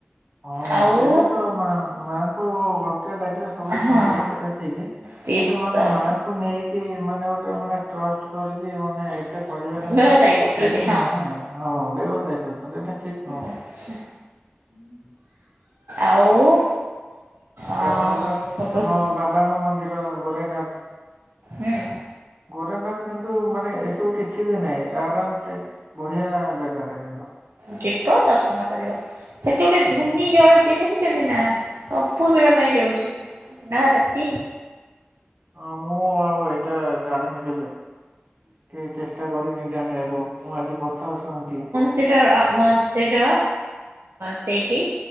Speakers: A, on the right; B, on the right.
A: ହଁ
B: ଆଉ
A: ସେଇଟା ତ ମା ମାଆଙ୍କୁ ଭକ୍ତି ରେ ଡାକିଲେ ସବୁ କିଛି
B: ହଁ
A: ମିଳିବ ସେଇଟା ଠିକ କିନ୍ତୁ
B: ତିର୍ତଲ
A: ମାନେ ମାଙ୍କୁ ନେଇକି ମାନେ ଗୋଟେ ମାନେ ଟ୍ରଷ୍ଟ କରିକି ମାନେ ତେ କରିବା କିନ୍ତୁ
B: ବ୍ୟବସାୟ କରୁଛନ୍ତି
A: ଠିକ
B: ହଁ।
A: ନୁହଁ ନା ହଁ ବ୍ୟବସାୟ କରୁଛନ୍ତି, ଏଇଟା ଠିକ ନୁହଁ।
B: ଆଚ୍ଛା
A: ହୁଁ।
B: ଆଉ ଅ
A: ତାପରେ ତ
B: ରୋଷ
A: ଆମ ବାବାଙ୍କ ମନ୍ଦିର ଗୋରଖନାଥ
B: ହେଁ।
A: ଗୋରେଖନାଥ କିନ୍ତୁ ମାନେ ଏସବୁ କିଛି ବି ନାହିଁ, ଆରାମ ସେ ବଢିଆ ଜାଗା ଟା କିନ୍ତୁ।
B: ଯିବ ଦର୍ଶନ କରିବ। ସେଠି ଗୋଟେ ଧୂନି
A: ହଁ।
B: ଜଳେ ଜଳେ ଦେଖିଛନ୍ତି ନା? ସବୁବେଳ ପାଇଁ ଜଳୁଛି। ଦିନ, ରାତି,
A: ହଁ, ମୁଁ ଆଉ ଏଇଟା ଜାଣିନି କେବେ। କି ଚେଷ୍ଟା କରିନି ଜାଣିବାକୁ। ମୁଁ ଆଜି ପ୍ରଥମେ ଶୁଣୁଚି।
B: ସେଇଟା ଅ ମ ସେଇଟା ସେଇଠି